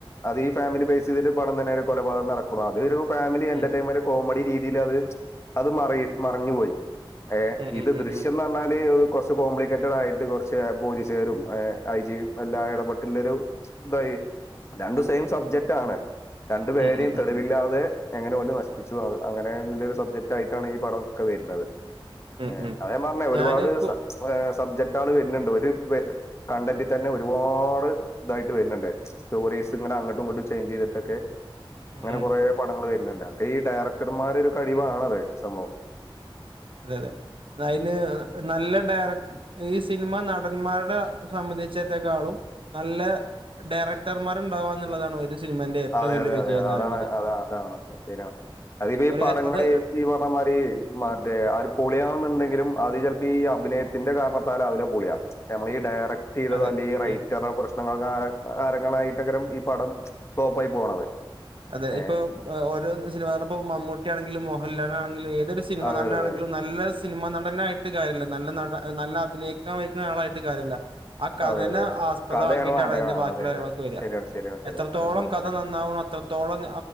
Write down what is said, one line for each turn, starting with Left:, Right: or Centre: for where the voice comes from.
Left: അത് ഈ ഫാമിലി ബേസ് ചെയ്തിട്ട് പണം തന്നെ കൊലപാതകം നടക്കണം അതും ഫാമിലി എന്റർൈൻമെന്റ്
Right: ഉം
Left: കോമഡി രീതിയിൽ അത് അത് മറി മറിഞ്ഞു പോയി ഏ
Right: ഉം
Left: ഇത്
Right: ഉം ഉം
Left: ദൃശ്യംന്ന്
Right: ഉം
Left: പറഞ്ഞാല് കുറച്ച് കോംപ്ലിക്കേറ്റഡ് ആയിട്ട് കുറച്ച് പോലീസുകാരും ഐ ജിയും എല്ലാ ഇടപെട്ടുള്ളരു ഇതായി രണ്ടു സെയിം സബ്ജക്റ്റ് ആണ് രണ്ടു പേരെയും
Right: ഉം ഉം
Left: തെളിവില്ലാതെ
Right: ഉം
Left: എങ്ങനെ ഒ നശിപ്പിച്ചു അ അങ്ങനെ നുള്ളരു സബ്ജക്റ്റ് ആയിട്ടാണ് ഈ പടം ഒക്കെ വരുന്നത്
Right: ഉം
Left: ഏ
Right: ഉം
Left: അത ഞാൻ പറഞ്ഞേ ഒരുപാട്
Right: ഞാന് കു-
Left: സ്‌ സബ്ജക്ട് ആൾ വരുന്നുണ്ട് ഒരു കണ്ടന്റ് തന്നെ ഒരുപാട് ഇതായിട്ട് വരുന്നുണ്ട് സ്റ്റോറി എസ് അങ്ങട്ടും ഇങ്ങട്ടും ചെൻഞ്ച് ചെയ്തിട്ടൊക്കെ
Right: ഉം
Left: അങ്ങനെ
Right: ഉം
Left: കുറെ
Right: ഉം
Left: പടങ്ങൾ വരുന്നുണ്ട് അതെ ഡയറക്ടർമാര ഒരു കഴിവവാണത് സംഭവം
Right: അതെ അതെ അതിന് നല്ല ഡയറക്- ഈ സിനിമ നടന്മാരുടെ സംബന്ധിച്ചിത്തേക്കാളും നല്ല ഡയറക്ടർമാരുണ്ട് ആവാ എന്നുള്ളതാണ് ഒരു സിനിമന്റെ ഏറ്റവും
Left: അതെ
Right: വലിയ
Left: അതെ
Right: വിജയം
Left: അതെ അതെ
Right: എന്ന്
Left: അതാണ്
Right: പറയുന്നത്.
Left: അത അതാണ് ശരിയാണ് അതിപ്പോ ഈ
Right: ഒരു
Left: പടങ്ങള്
Right: അത്
Left: ഈ പറഞ്ഞമാതി മറ്റേ ആര് പുളിയണുണ്ടെലും അത് ചിലപ്പോ ഈ അഭിനയത്തിന്റെ കാരണത്താൽ അതില പുളിയാ നമ്മൾ ഈ ഡയറക്ട് ചെയ്തത്
Right: അതെ.
Left: അല്ല ഈ റൈറ്റ്
Right: ഉം.
Left: പ്രശ്നങ്ങൾ കാരങ്ങളായിട്ട് അകരം ഈ പടം ടോപ്പായി പോണത്
Right: അതെ
Left: ഏഹ്.
Right: ഇപ്പൊ ഓരോ സിനിമ നടപ്പ് മമ്മൂട്ടിയാണെങ്കിലും മോഹൻലാലാണങ്കിലും ഏ ഒരു സിനിമ
Left: അതെ,
Right: നടനാണെങ്കിലും
Left: അതെ.
Right: നല്ല സി സിനിമ നടനായിട്ട് കാര്യമല്ല നല്ല നട നല്ല അഭിനയിക്കാൻ വയിക്കുന്ന ആളായിട്ട് കാര്യമല്ല ആ കഥനെ
Left: അതെ, അതെ.
Right: ആസ്പദമാക്കിയിട്ടാണ്
Left: കഥയാണ് വേണ്ടത്.
Right: അതിന്റെ
Left: ആ
Right: ബാക്കിയുള്ള
Left: അതെ,
Right: കാര്യങ്ങളൊക്കെ
Left: അതെ.
Right: വരിക
Left: ശരിയാണ്, ശരിയാണ്, ശരിയാണ്.
Right: എത്രത്തോളം കഥ നന്നാവും അത്രത്തോളം